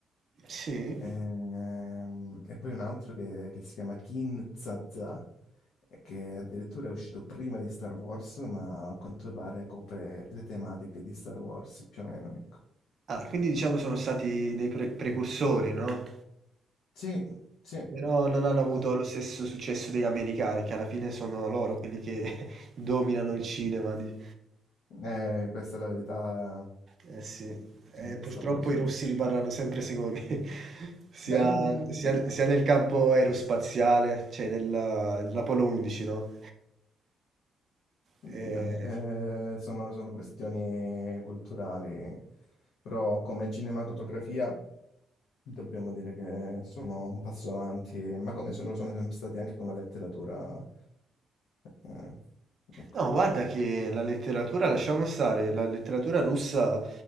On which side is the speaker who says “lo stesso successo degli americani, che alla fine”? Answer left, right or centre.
Right